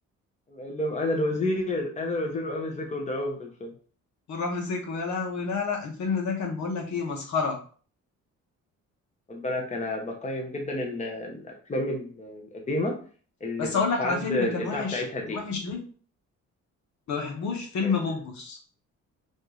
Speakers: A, on the left; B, on the left.
A: قال لهم انا الوزير انا الوزير وامسكهم ضربهم في الفيلم
B: وراح مسكه يا لهوي لا لا الفيلم ده كان بقول لك إيه مسخرة
A: خد بالك انا بقيم جدا ال- الافلام ال- القديمه اللي
B: بس
A: بتتعد
B: أقول لك على فيلم
A: الاذاعه
B: كان وحش
A: بتاعتها دي
B: كان وحش ليه؟ ما بحبوش فيلم
A: يعني
B: بوبوس